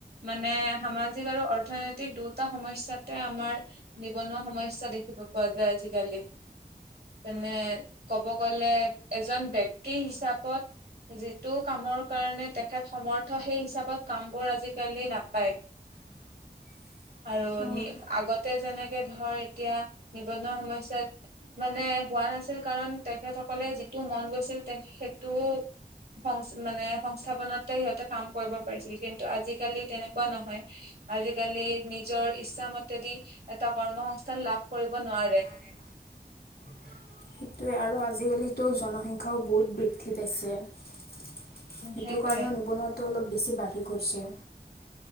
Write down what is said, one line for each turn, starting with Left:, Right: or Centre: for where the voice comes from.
Right: মানে সামাজিক আৰু। অৰ্থনৈতিক দুটা সমস্যাতে আমাৰ নিবনুৱা সমস্যা দেখিব পোৱা যায় আজিকালি। তেনে ক'ব গ'লে এজন বক্তি হিচাপত যিটো কামৰ কাৰণে তেখেত সমৰ্থ সেই হিচাপত কামবোৰ আজিকালি নাপায়।
Left: <inaudible>
Right: আৰু
Left: অঁ
Right: নি আগতে যেনেকে ধৰ এতিয়া া সমসয়াত মানে হোৱা নাছিল। কাৰণ তেখেতসকলে যিটো মন গৈছিল তে সেইটো, সং মানে সংস্থাপনতে সিহঁতে কাম কৰিব পাৰিছিল কিন্তু আজিকালি তেনেকুৱা নহয়। আজিকালি নিজৰ ইচ্ছা মতেদি এটা কৰ্মসস্থান লাভ কৰিব নোৱাৰে।
Left: <inaudible> সেইটোৱে আৰু আজিকালিতো জনসংখ্যাও বহুত বৃদ্ধি পাইছে। সেইটো
Right: উম, সেইটোৱে
Left: কাৰণেও নিবনুৱাটো অলপ বেছি বাঢ়ি গৈছে।